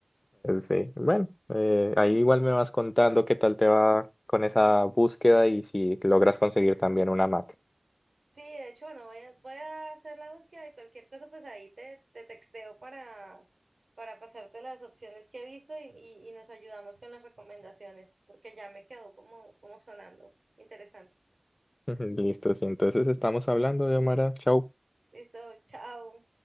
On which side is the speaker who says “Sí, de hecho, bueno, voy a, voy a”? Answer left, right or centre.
Right